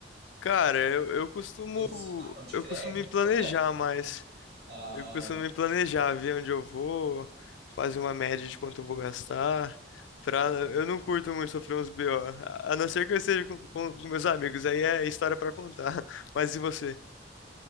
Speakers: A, on the left; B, on the right.
A: Cara, eu, eu costumo
B: Usa o seu cartão de
A: eu
B: crédito?
A: costumo me planejar mais.
B: Ah,
A: Eu costumo me planejar, ver onde eu vou, fazer uma média de quanto eu vou gastar. Pra, eu não curto muito sofrer uns BO, a a não ser que eu esteja com, com, com meus amigos, aí é história pra contar. <laughs> Mas e você?